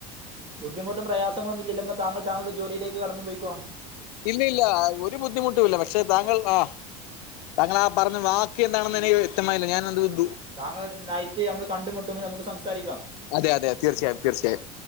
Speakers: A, on the right; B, on the left.
A: ബുദ്ധിമുട്ടും പ്രയാസങ്ങളൊന്നും ഇല്ലല്ലൊ താങ്കൾ താങ്കളുടെ ജോലിയിലേക്ക് കടന്നുപൊയ്ക്കൊ
B: ഇല്ലില്ലാ ഒരു ബുദ്ധിമുട്ടൂല്ല. പക്ഷെ താങ്കൾ ആഹ്. താങ്കൾ ആഹ് പറഞ്ഞ വാക്ക് എന്താണെന്ന് എനിക്ക് വ്യക്തമായില്ല ഞാൻ അത് ടു
A: താങ്കൾ നൈറ്റ് ഞമ്മള് കണ്ടുമുട്ടുമ്പൊൾ നമക്ക് സംസാരിക്കാം
B: അതെ അതെ തീർച്ചയായും തീർച്ചയായും